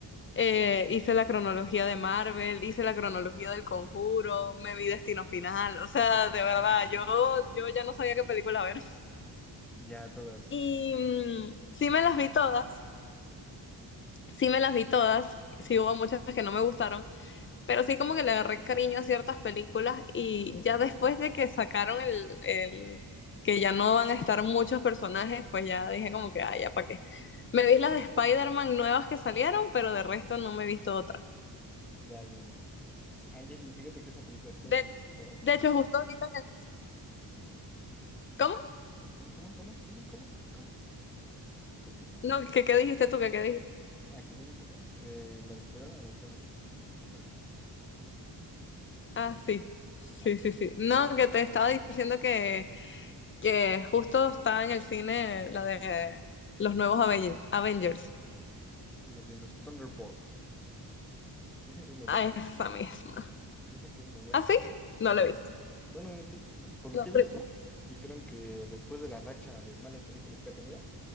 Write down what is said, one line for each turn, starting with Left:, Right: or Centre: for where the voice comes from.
Left: eh, hice la cronología de Marvel, hice la cronología del Conjuro, me vi Destino Final, o sea, de verdad,
Centre: <laughs>
Left: yo, yo ya no sabía qué película ver.
Centre: Ya todas.
Left: Y mm, sí me las vi todas, sí me las vi todas, sí hubo muchas que no me gustaron, pero sí como que le agarré cariño a ciertas películas y ya después de que sacaron el, el que ya no van a estar muchos personajes, pues ya dije como que, ay, ya para qué. Me vi las de Spider-Man nuevas que salieron, pero de resto no me he visto otra.
Centre: Ya, ya, ya. Ay, y fíjate que esa película espera
Left: De,
Centre: me gustó bastante.
Left: de hecho, justo ahorita... me- ¿Cómo?
Centre: ¿Cómo, cómo, cómo, cómo, cómo, cómo? Continúa.
Left: No, ¿qué, qué dijiste tú? ¿Qué, qué dijiste?
Centre: Ah, que yo dije ya que la de spider me gustó mucho. <laughs>
Left: Ah, sí, sí,
Centre: Ah,
Left: sí, sí. No, que te estaba diciendo que que justo está en el cine la de los nuevos Aven- Avengers.
Centre: la de los Thunderbolts. Dicen que es muy buena.
Left: A esa misma.
Centre: Dicen que es muy buena.
Left: ¿Ah, sí?
Centre: Sí,
Left: No la he visto.
Centre: Bueno, eh, te- por lo
Left: No,
Centre: que he visto,
Left: pero-
Centre: dijeron que después de la racha de malas películas que ha tenido